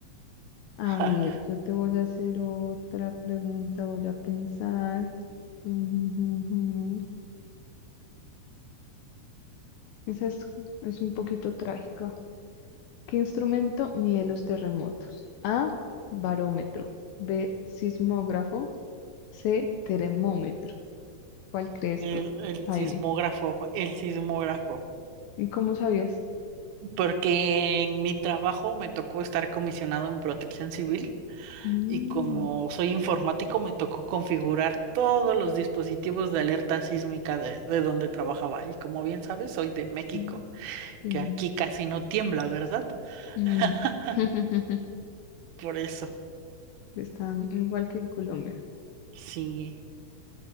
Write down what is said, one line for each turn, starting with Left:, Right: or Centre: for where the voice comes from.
Left: A
Right: ajá.
Left: ver, yo te voy a hacer otra pregunta, voy a pensar. Ujú, ujú, ujú. Esa es, es un poquito trágica. ¿Qué instrumento mide los terremotos? A, barómetro. B, sismógrafo. C, termómetro. ¿Cuál crees
Right: El,
Left: tú,
Right: el
Left: Jaime?
Right: sismógrafo, el sismógrafo.
Left: ¿Y cómo sabías?
Right: Porque en mi trabajo me tocó estar comisionado en Protección Civil
Left: Mm,
Right: y como soy informático me tocó configurar todos los dispositivos de alerta sísmica de, de donde trabajaba. Y como bien sabes, soy de México,
Left: mm, sí.
Right: que aquí casi no tiembla, ¿verdad?
Left: Mm.
Right: <laughs>
Left: <laughs>
Right: Por eso,
Left: Están igual que en Colombia.
Right: sí.